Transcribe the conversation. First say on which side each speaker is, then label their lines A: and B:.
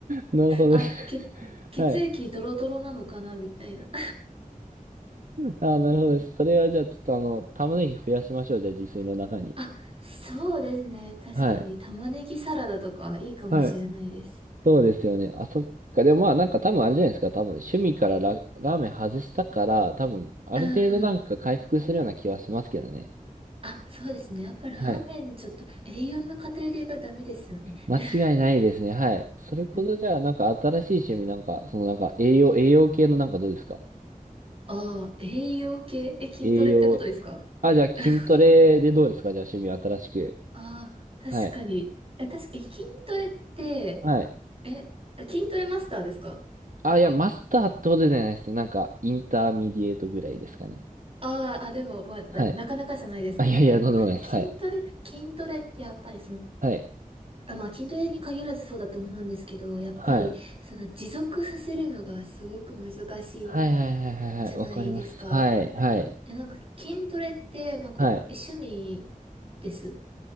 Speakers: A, on the right (about 65°); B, on the right (about 40°).
A: なるほどです。
B: あ、血、
A: <laughs>
B: 血液ドロドロなのかな、
A: はい。
B: みたいな。
A: あーなるほどです。それはじゃあ、ちょっとあの、玉ねぎ増やしましょう。じゃあ、自炊の中に。
B: あ、そうですね。確かに玉ねぎサラダとかいいかもしれないです。
A: はい。はい。そうですよね。あ、そっか。でもまあ、なんか多分あれじゃないですか。多分、趣味からラ、ラーメン外したから、多分、ある程度なんか回復するような気はしますけどね。
B: うん。あ、そうですね。やっぱラーメンちょっと栄養の偏りがダメですよね。
A: はい。間違いないですね。
B: <laughs>
A: はい。それこそじゃあ、
B: うん。
A: なんか新しい趣味なんか、そのなんか栄養、栄養系のなんかどうですか
B: ああ、栄養系、え、筋トレってことですか
A: 栄養。あ、じゃあ筋トレでどうですかじゃあ趣味新しく。
B: <laughs> ああ、確かに。
A: はい。
B: え、確かに、え筋トレって、
A: はい。
B: え、筋トレマスターですか
A: あ、いや、マスターってほどじゃないですね。なんか、インターミディエートぐらいですかね。
B: あーあ、でも、まあ、な、
A: はい。
B: なかなかじゃないですか。
A: あ、いやいや、
B: でも、
A: とんでもないです。
B: 筋トレ、
A: はい。
B: 筋トレってやっぱりその、
A: はい。
B: あ、まあ、筋トレに限らずそうだと思うんですけど、やっぱり、
A: はい。
B: その、持続させるのがすごく難しい
A: はいはいはいはいはい。
B: じゃないですか。
A: わかります。はい。はい。
B: え、なんか筋トレって、なんか、
A: はい。
B: え、趣味です